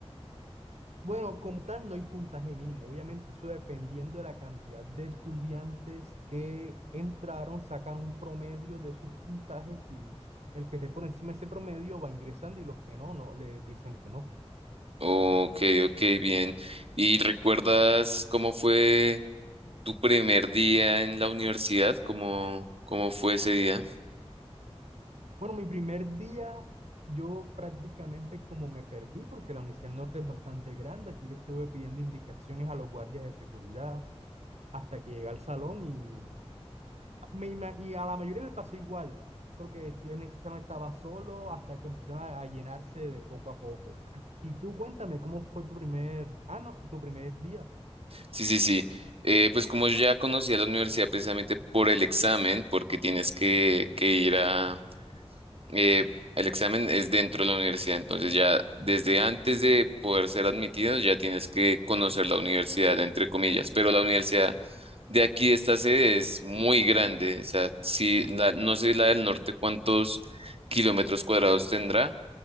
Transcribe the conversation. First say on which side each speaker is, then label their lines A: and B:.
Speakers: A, on the right; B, on the right.
A: Bueno, como tal, no hay puntaje mínimo. Obviamente, eso dependiendo de la cantidad de estudiantes que entraron, sacan un promedio de sus puntajes y el que esté por encima de ese promedio va ingresando y los que no, no, le dicen que no.
B: Ok, ok, bien. ¿Y recuerdas cómo fue tu primer día en la universidad? ¿Cómo, cómo fue ese día?
A: Bueno, mi primer día, yo prácticamente como me perdí, porque la Universidad del Norte es bastante grande, así que estuve pidiendo indicaciones a los guardias de seguridad hasta que llegué al salón y, me, ima- y a la mayoría le pasó igual, porque yo en ese salón estaba solo hasta que empezaron a, a llenarse de poco a poco. Y tú cuéntame, ¿cómo fue tu primer, ah, no, tu primer día?
B: Sí, sí, sí. Eh, pues como yo ya conocía la universidad precisamente por el examen, porque tienes que, que ir a eh, el examen es dentro de la universidad, entonces ya desde antes de poder ser admitido ya tienes que conocer la universidad, entre comillas, pero la universidad de aquí, esta sede es muy grande, o sea, si la- no sé la del norte cuántos kilómetros cuadrados tendrá,